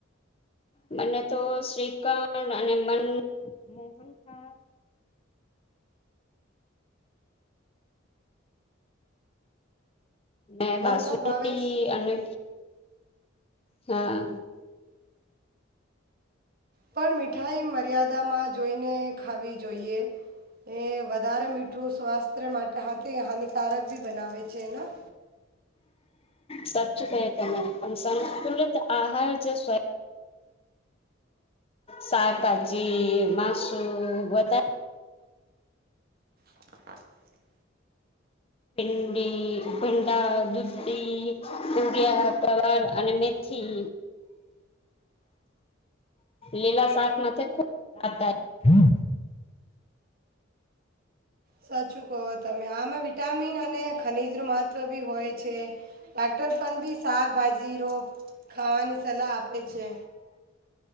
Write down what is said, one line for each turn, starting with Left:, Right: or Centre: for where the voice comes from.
Left: બને તો શ્રીખંડ અને બન મોહનથાલ ને
Right: મોહનથાળ
Left: બાસુંદી
Right: ભાવે જ
Left: અને હા.
Right: પણ મીઠાઈ મર્યાદામાં જોઈને ખાવી જોઈએ. એ વધારે મીઠું સ્વાસ્થ્ય માટે હાથે હાનિકારક બી બનાવે છે. એના
Left: સ્વચ્છ કે તમે પણ સંસ્કુલિત આહાર જે સ્વય શાકભાજી, માસુ બધા
Right: <unintelligible>
Left: ભિંડી, ઉભંડા, દુધી, તુરિયા, કવાર અને મેથી લીલા શાક ખૂ <unintelligible>
Right: સાચું કહો તમે. આમાં વિટામિન અને ખનીજનું મહત્ત્વ બી હોય છે. ડાક્ટર પરબી શાકભાજી રો ખાવાની સલાહ આપે છે.